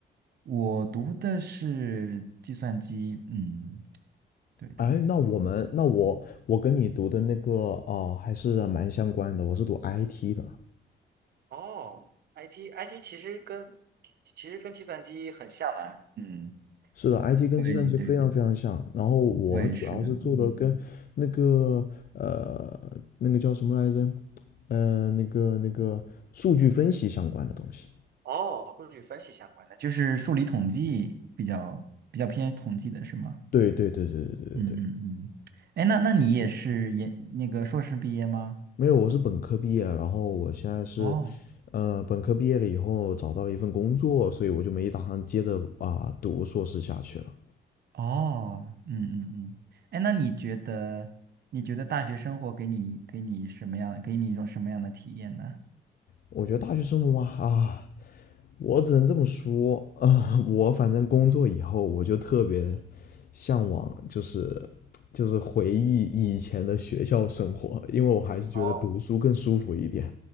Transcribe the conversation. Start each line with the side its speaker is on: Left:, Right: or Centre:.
Right: 我读的是计算机，嗯，对对，
Left: 哎，那我们，那我我跟你读的那个啊、还是蛮相关的。我是读 IT 的。
Right: 哦，IT IT 其实跟其实跟计算机很像的，嗯，
Left: 是的，IT 跟计算机非常非常像。
Right: 对对对，
Left: 然后我主要是做的跟那个呃那个叫什么来着，
Right: 对，嗯是的，嗯，
Left: 呃那个那个数据分析相关的东西。
Right: 哦，数据分析相关的。就是数理统计比较比较偏统计的是吗？
Left: 对对对对对对对对，
Right: 嗯嗯嗯，哎，那那你也是研那个硕士毕业吗？
Left: 没有，我是本科毕业，然后我现在是
Right: 哦
Left: 呃本科毕业了以后找到了一份工作，所以我就没打算接着啊、读硕士下去了。
Right: 哦，嗯嗯嗯，哎，那你觉得你觉得大学生活给你给你什么样，给你一种什么样的体验呢？
Left: 我觉得大学生活嘛，啊，我只能这么说啊，我反正工作以后，我就特别向往，就是就是回忆以前的学校生活，因为我还是觉得读书更舒服一点。
Right: 哦，